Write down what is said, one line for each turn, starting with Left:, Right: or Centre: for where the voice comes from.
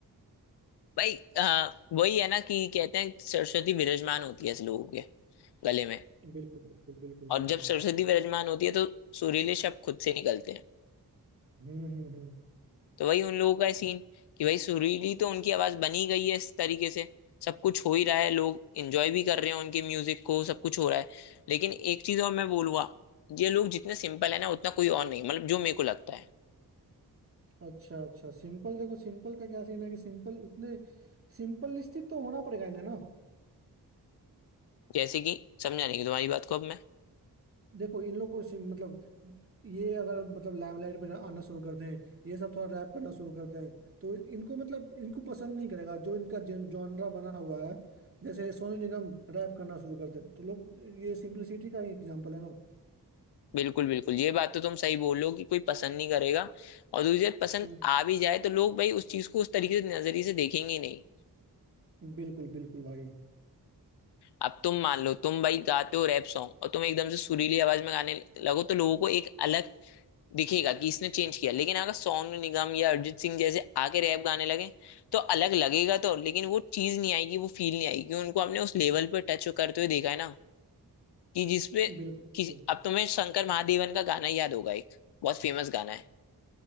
Left: भाई आ, वही है ना कि कहते हैं सरस्वती विराजमान होती है ऐसे लोगों के गले में
Right: बिल्कुल बिल्कुल बिल्कुल
Left: और
Right: बिल्कुल
Left: जब सरस्वती विराजमान होती है तो सुरीले शब्द खुद से निकलते हैं
Right: हम्म हम्म हम्म
Left: तो वही उन लोगों का सीन कि भाई सुरीली तो उनकी आवाज बनी गई है इस तरीके से सब कुछ हो ही रहा है लोग एंजॉय भी कर रहे हैं उनके म्यूजिक को सब कुछ हो रहा है लेकिन एक चीज और मैं बोलूंगा ये लोग जितने सिंपल है ना उतना कोई और नहीं मतलब जो मेरे को लगता है
Right: अच्छा अच्छा सिंपल देखो सिंपल का क्या सीन है कि सिंपल उतने सिंपलिस्टिक तो होना पड़ेगा इन्हें ना
Left: जैसे कि समझा नहीं तुम्हारी बात को अब मैं
Right: देखो इन लोग को सिम- मतलब ये अगर मतलब लाइमलाइट पे आना शुरू करते हैं ये सब थोड़ा रैप करना शुरू करते हैं तो इनको मतलब इनको पसंद नहीं करेगा जो इनका जॉनरा बना हुआ है जैसे सोनू निगम रैप करना शुरू करते हैं तो लोग ये सिंपलिसिटी का ही एग्जाम्पल है ना
Left: बिल्कुल बिल्कुल ये बात तो तुम सही बोल रहे हो कि कोई पसंद नहीं करेगा और दूसरी बात पसंद
Right: हम्म,
Left: आ भी जाए तो लोग भाई उस चीज को उस तरीके से नजरिए से देखेंगे ही नहीं
Right: बिल्कुल बिल्कुल भाई
Left: अब तुम मान लो तुम भाई गाते हो रैप सॉन्ग और तुम एकदम से सुरीली आवाज में गाने लगो तो लोगों को एक अलग दिखेगा कि इसने चेंज किया लेकिन अगर सोनू निगम या अरिजीत सिंह जैसे आके रैप गाने लगे तो अलग लगेगा तो लेकिन वो चीज नहीं आएगी वो फील नहीं आएगी क्योंकि उनको आपने उस लेवल पे टच करते हुए देखा है ना कि जिसपे
Right: बिल्कुल बिल्कुल
Left: कि अब तुम्हें शंकर महादेवन का गाना याद होगा एक बहुत फेमस गाना है